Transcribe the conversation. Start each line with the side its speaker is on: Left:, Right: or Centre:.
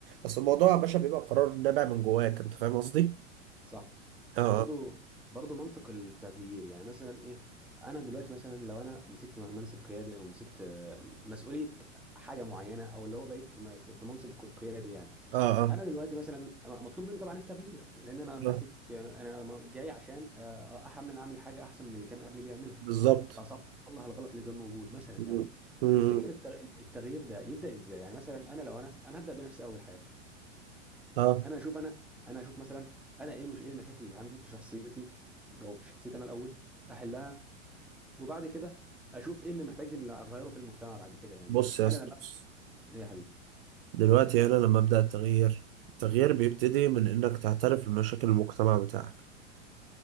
Right: اصل الموضوع يا باشا بيبقى قرار نابع من جواك انت فاهم قصدي؟
Centre: صح
Right: اه
Centre: برضو
Right: اه
Centre: برضو منطق التغيير يعني مثلا ايه انا دلوقتي مثلا لو انا مسكت منصب قيادي او مسكت آه، مسؤوليه حاجه معينه او اللي هو بقيت في في منصب قيادي يعني
Right: اه اه
Centre: انا دلوقتي مثلا مطلوب مني طبعا التغيير لان انا ماسك
Right: آه،
Centre: انا جاي عشان آه، احمل اعمل حاجه احسن من اللي كان قبلي بيعملها
Right: بالظبط
Centre: اصلح أصلح الغلط اللي كان موجود مثلا يعني
Right: مم. مم.
Centre: تفتكر التغ- التغيير ده يبدا ازاي يعني مثلا انا لو انا انا هبدا بنفسي اول حاجه
Right: اه
Centre: انا اشوف انا انا اشوف مثلا انا ايه مش ايه المشاكل اللي عندي في شخصيتي او في شخصيتي انا الاول احلها وبعد كده اشوف ايه اللي محتاج ان اغيره في المجتمع بعد كده يعني
Right: بص يا
Centre: انا
Right: اسطى
Centre: لما
Right: بص.
Centre: يا حبيبي
Right: دلوقتي انا لما ابدا التغيير التغيير بيبتدي من انك تعترف بمشاكل المجتمع بتاعك